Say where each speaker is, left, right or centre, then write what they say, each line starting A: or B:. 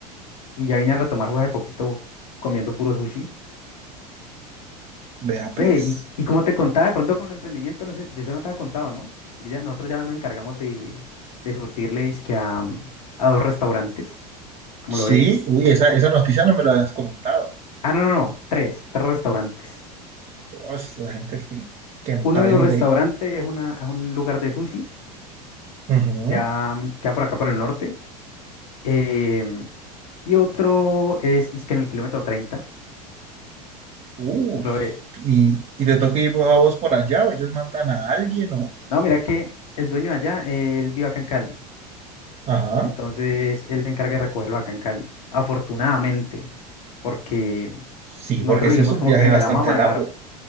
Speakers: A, on the left; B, on the right.
A: y ya vine a retomar fue hace poquito comiendo puro sushi.
B: vea pues.
A: Ve, y, y como te contaba, de pronto con el emprendimiento, no sé, yo eso no te había contado, ¿no? Yo ya, nosotros ya nos encargamos de, de surtirle dizque a, mm, a dos restaurantes, ¿cómo
B: Sí,
A: lo ves?
B: uy, esa, esa noticia no me la habías comentado.
A: Ah, no, no, no, tres, tres restaurantes.
B: Uf, la gente que, que emprende.
A: Uno de los restaurantes es, una, es un lugar de sushi,
B: Ujú.
A: ya mm, queda por acá por el norte. em, y otro es, es que en el kilómetro treinta
B: Uf,
A: ¿cómo lo ves?
B: y, y te toca ir vos a vos por allá, o ellos mandan a alguien, o.
A: No, mira que el dueño de allá, él vive acá en Cali.
B: Ajá.
A: Entonces él se encarga de recogerlo acá en Cali. Afortunadamente, porque
B: Sí,
A: nosotros
B: porque ese
A: le dijimos
B: es un
A: como
B: viaje
A: que venga,
B: bastante
A: le vamos a manejar,
B: largo.
A: le